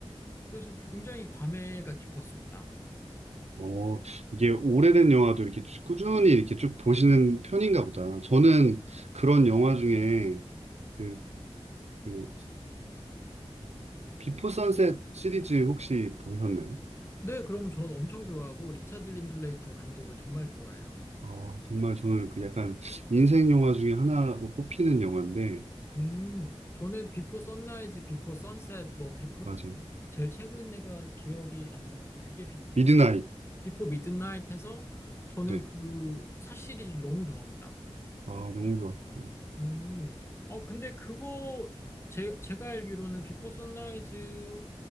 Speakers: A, on the left; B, on the right.
A: 그래서 굉장히 감회가 깊었습니다.
B: 어, 이게 오래된 영화도 이렇게 쭉- 꾸준히 이렇게 쭉 보시는 편인가 보다. 저는 그런 영화 중에 그, 그, 비포 선셋 시리즈 혹시 보셨나요?
A: 네, 그럼 전 엄청 좋아하고 리차드 링클레이터 감독을 정말 좋아해요.
B: 어, 정말 저는 그 약간 인생 영화 중에 하나로 꼽히는 영화인데,
A: 음, 저는 비포 선라이즈, 비포 선셋, 뭐 비포
B: 맞아요.
A: 제일 최근에가 기억이 안 나는데 그게 비포 선
B: 미드나잇.
A: 비포 미드나잇해서 저는
B: 네.
A: 그 사시리즈 너무 좋아합니다.
B: 아, 너무 좋았어요.
A: 음, 어 근데 그거 제 제가 알기로는 비포 선라이즈